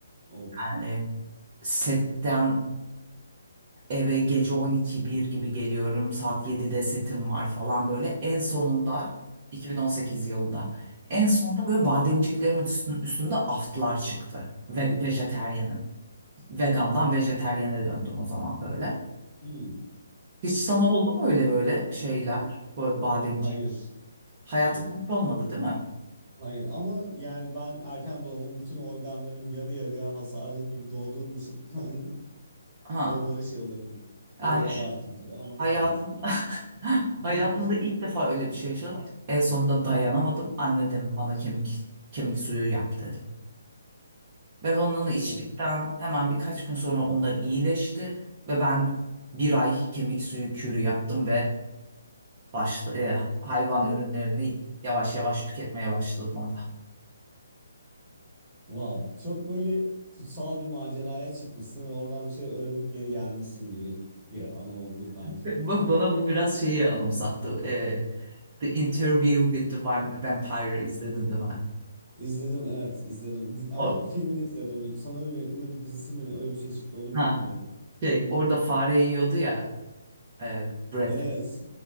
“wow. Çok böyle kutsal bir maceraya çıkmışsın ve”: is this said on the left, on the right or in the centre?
Right